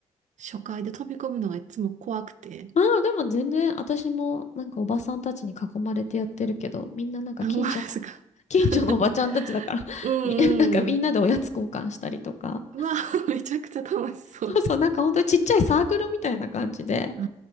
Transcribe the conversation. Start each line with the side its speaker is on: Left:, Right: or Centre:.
Right: 初回で飛び込むのがいつも怖くて。
Left: まあ、でも全然、私も、なんかおばさんたちに囲まれてやってるけど、みんななんか近所の、
Right: あ思いますか
Left: <laughs> 近所のおばちゃんたちだから
Right: <laughs>
Left: <laughs>
Right: うんうん。
Left: み、なんかみんなでおやつ交換したりとか。
Right: うわ、<laughs> めちゃくちゃ楽しそう。
Left: そうそう、なんか本当にちっちゃいサークルみたいな感じで、
Right: あ